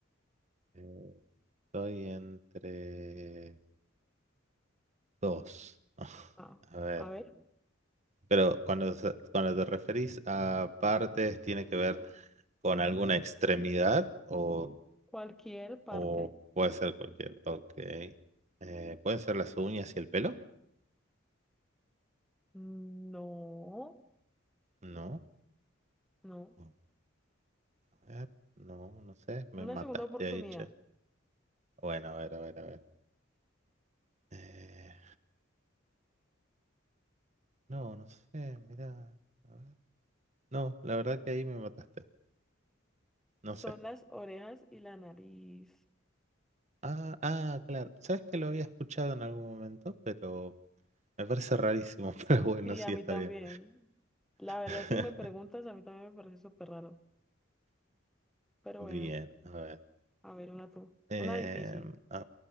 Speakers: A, on the right; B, in the centre.
A: eh, estoy entre dos. <laughs>
B: Ah,
A: A ver.
B: a ver,
A: Pero cuando, se- cuando te referís a partes, ¿tiene que ver con alguna extremidad o,
B: cualquier parte.
A: o puede ser cualquier? Ok. Eh, ¿pueden ser las uñas y el pelo?
B: No,
A: No.
B: no.
A: Ok. A ver, no, no sé. Me
B: Una
A: mataste
B: segunda oportunidad.
A: ahí, che. Bueno, a ver, a ver, a ver. Eh, no, no sé. Mira. a ver. No, la verdad que ahí me mataste. No
B: Son
A: sé.
B: las orejas y la nariz.
A: Ah, ah, claro. ¿Sabes que lo había escuchado en algún momento? Pero me parece rarísimo. <laughs> Pero bueno,
B: Sí,
A: sí,
B: a mí
A: está
B: también.
A: bien.
B: La verdad,
A: <laughs>
B: si me preguntas, a mí también me parece súper raro. Pero
A: Bien,
B: bueno,
A: a ver.
B: a ver, una tú.
A: Eh,
B: Una difícil.
A: a,